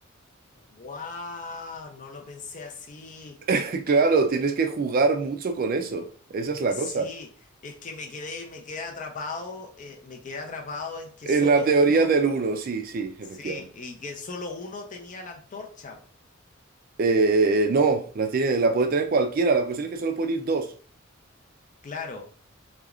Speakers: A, on the left; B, on the right.
A: Wow, no lo pensé así.
B: <laughs> Claro, tienes que jugar mucho con eso. Esa es la
A: Sí,
B: cosa.
A: es que me quedé, me quedé atrapado, eh, me quedé atrapado en que
B: En
A: solo
B: la teoría
A: uno
B: del uno sí, sí,
A: Sí,
B: efectivamente.
A: y que solo uno tenía la antorcha.
B: Eh, no, la tiene, la puede tener cualquiera. La cuestión es que solo pueden ir dos.
A: Claro,